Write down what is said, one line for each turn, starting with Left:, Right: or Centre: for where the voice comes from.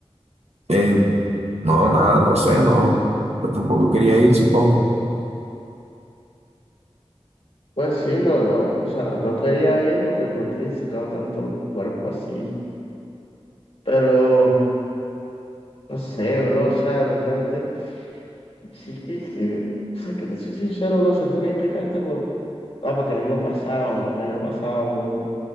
Right: eh, no, nada, no sé, no, pues, tampoco quería ir, supongo.
Left: Pues sí, no, no, o sea, no quería ir porque no te he sacado tanto el cuerpo así. Pero, no sé, bro, o sea, honestamente, sí que, que, o sea, que te soy sincero, bro, siento que ahí pecaste por, ah, porque a mí me ha pasado, a mí me ha pasado, bro,